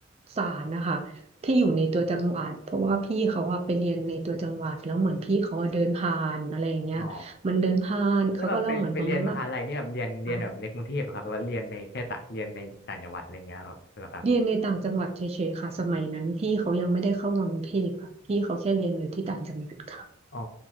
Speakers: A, on the right; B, on the left.
A: ศาลนะคะที่อยู่ในตัวจังหวัด เพราะว่าพี่เขาอะไปเรียนในตัวจังหวัดแล้วเหมือนพี่เขาอะเดินผ่านอะไรอย่างเงี้ยมันเดินผ่านเขาก็เล่าเหมือนประมาณว่า
B: อ๋อ แล้วแบบไปไปเรียนมหาลัยนี่แบบเรียนเรียนแบบในกรุงเทพอะครับหรือว่าเรียนในแค่ต่างเรียนในต่างจังหวัดอะไรเงี้ยครับเหรอครับ
A: อ่ะเรียนในต่างจังหวัดเฉยๆค่ะสมัยนั้นพี่เขายังไม่ได้เข้ามากรุงเทพค่ะพี่เขาแค่เรียนอยู่ที่ต่างจังหวัดค่ะ
B: อ๋อ